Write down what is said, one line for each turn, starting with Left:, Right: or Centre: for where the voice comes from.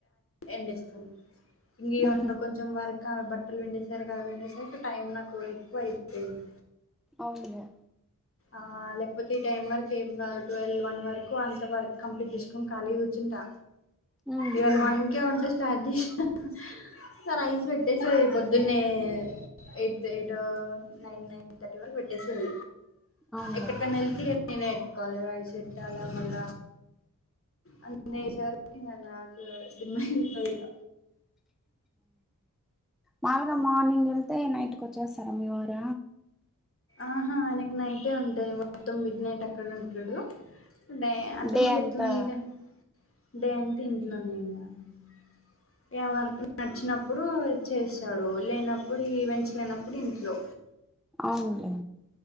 Left: ఎండేస్తాం ఇవాళ
Centre: ఉహు
Left: కొంచెం కొంచెం వరకు అవి బట్టలు పిండేసరికి అవి పిండేసరికి టైం నాకు ఎక్కువ అయిపోయింది
Centre: అవును
Left: ఆ లేకపోతే ఈ టైము వరకు <unintelligible> ట్వెల్వ్ వన్ వరకు అంత వర్క్ కంప్లీట్ చేసుకొని ఖాళీగా కూర్చుంటా
Centre: ఉమ్
Left: ఇవాళ
Centre: ఉమ్
Left: వన్ కే వంట స్టార్ట్ చెసిన <unintelligible> పొద్దున్నే ఎయిట్ ఎయిటొ నైన్ నైన్ తర్టీ వరకు బెట్టెస్తది
Centre: అవునులే
Left: ఎక్కడికన్నా వెళ్తే నేనే ఎట్టుకోవాలి రాైస్ పెట్టుకొవాల మళ్ళ అన్నయ్యె సరికి నాకు దిమ్మా తిరుగుతది ఇగ
Centre: మాలుగా మార్నింగ్ వెళ్తే నైట్ కి వచ్చేస్తారా మీ వార
Left: ఆహ ఆయనకు నైటే ఉంటుంది మొత్తం మిడ్ నైట్ అక్కడ ఉంటడు డే అంటే
Centre: డే
Left: మాకు
Centre: అంతా
Left: ఎట్లా అంటె డే అంత ఇంట్లోనె ఇగ ట్ ఏవర్కు నచ్చినప్పుడు చేస్తాడు లేనప్పుడు ఈ ఈవెంట్స్ లేనప్పుడు ఇంట్లో
Centre: అవునులే